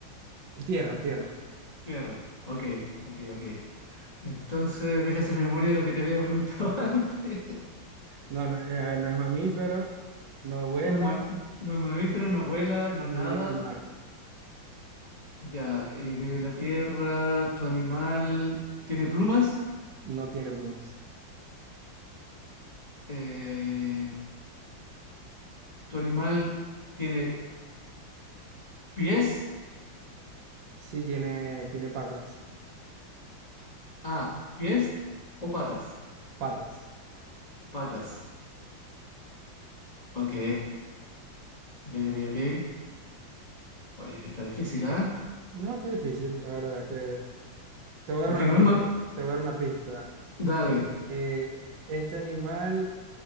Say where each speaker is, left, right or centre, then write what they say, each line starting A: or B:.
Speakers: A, on the right; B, on the left.
A: Tierra, Tierra.
B: Tierra. Ok, ok, ok. Entonces, deja hacer memoria de lo que te había preguntado <laughs> antes.
A: No, no, eh, no es mamífero, no vuela,
B: No es, ma- no es mamífero, no vuela, no
A: no
B: nada.
A: vive en el mar,
B: Ya, y vive en la tierra. ¿Tu animal tiene plumas?
A: no tiene plumas.
B: Eh, ¿tu animal tiene pies?
A: Sí tiene, tiene patas,
B: Ah, ¿pies o patas?
A: patas.
B: Patas. Ok, ok, ok, ok. Oye, está difícil, ¿ah?
A: No, está difícil, la verdad que... Te voy a
B: Porque
A: dar una
B: no
A: pista,
B: es más...
A: te voy a dar una pista.
B: Dale.
A: Eh, eh, este animal